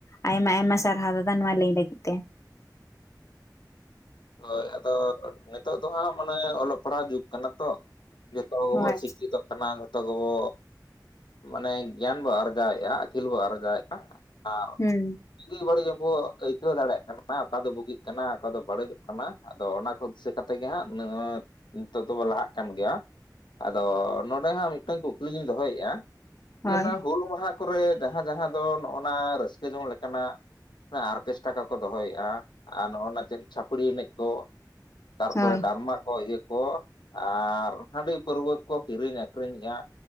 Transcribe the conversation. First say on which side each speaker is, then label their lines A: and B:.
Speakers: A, on the left; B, on the left.
A: ᱟᱭᱢᱟ ᱟᱭᱢᱟ ᱥᱟᱨᱦᱟᱣ ᱫᱟᱫᱟ ᱱᱚᱣᱟ ᱞᱟᱹᱭ ᱞᱟᱹᱜᱤᱫ ᱛᱮ᱾
B: ᱦᱚᱭ ᱟᱫᱚ ᱱᱤᱛᱚᱜ ᱫᱚ ᱦᱟᱸᱜ ᱢᱟᱱᱮ ᱚᱞᱚᱜ ᱯᱟᱲᱦᱟᱣ ᱡᱩᱜᱽ ᱠᱟᱱᱟ᱾ ᱛᱚ ᱡᱚᱛᱚ ᱜᱮᱵᱚ
A: ᱦᱳᱭ
B: ᱥᱤᱠᱠᱷᱤᱛᱚ ᱠᱟᱱᱟ ᱡᱷᱚᱛᱚ ᱜᱮᱵᱚ, ᱢᱟᱱᱮ ᱜᱮᱭᱟᱱ ᱵᱚ ᱟᱨᱡᱟᱣᱮᱜ-ᱟ ᱟᱹᱠᱤᱞ ᱵᱚ ᱟᱨᱡᱟᱣᱮᱜ-ᱟ᱾ ᱟᱨ
A: ᱦᱩᱸ
B: ᱵᱩᱜᱤ ᱵᱟᱹᱲᱤᱡ ᱦᱚᱸᱵᱚ ᱟᱹᱭᱠᱟᱹᱣ ᱫᱟᱲᱮᱭᱟᱜ ᱠᱟᱱᱟ, ᱚᱠᱟ ᱫᱚ ᱵᱩᱜᱤᱜ ᱠᱟᱱᱟ? ᱚᱠᱟ ᱫᱚ ᱵᱟᱹᱲᱤᱡᱚᱜ ᱠᱟᱱᱟ ᱟᱫᱚ ᱚᱱᱟ ᱠᱚ ᱫᱤᱥᱟᱹ ᱠᱟᱛᱮ ᱜᱮ ᱦᱟᱸᱜ ᱱᱟᱹᱭᱟᱹᱛ ᱱᱤᱛᱚᱜ ᱫᱚᱵᱚ ᱞᱟᱦᱟᱜ ᱠᱟᱱ ᱜᱮᱭᱟ᱾ ᱟᱫᱚ ᱱᱚᱰᱮ ᱦᱟᱸᱜ ᱢᱤᱫᱴᱟᱝ ᱠᱩᱠᱞᱤᱞᱤᱧ ᱫᱚᱦᱚᱭᱮᱜ-ᱟ
A: ᱦᱳᱭ
B: ᱯᱮᱱᱟᱝ ᱦᱩᱞ ᱢᱟᱦᱟ ᱠᱚᱨᱮ ᱡᱟᱦᱟᱸ ᱡᱟᱦᱟᱸ ᱫᱚ ᱱᱚᱜ-ᱱᱟ ᱨᱟᱹᱥᱠᱟᱹ ᱡᱚᱝ ᱞᱮᱠᱟᱱᱟᱜ ᱟᱨᱠᱮᱥᱴᱟᱠᱟ ᱠᱚ ᱫᱚᱦᱚᱭᱮᱜ-ᱟ ᱟᱨ ᱱᱚᱜ-ᱚ ᱱᱟ ᱪᱮᱫ ᱪᱷᱟᱹᱯᱨᱤ ᱮᱱᱮᱡ ᱠᱚ ᱛᱟᱨᱯᱚᱨᱮ
A: ᱦᱳᱭ
B: ᱰᱟᱨᱢᱟ ᱠᱚ ᱤᱭᱟᱹ ᱠᱚ ᱟᱨ ᱦᱟᱺᱰᱤ ᱯᱟᱹᱨᱣᱟᱹ ᱠᱚ ᱠᱤᱨᱤᱧ ᱟᱹᱠᱷᱨᱤᱧᱮᱜ-ᱟ᱾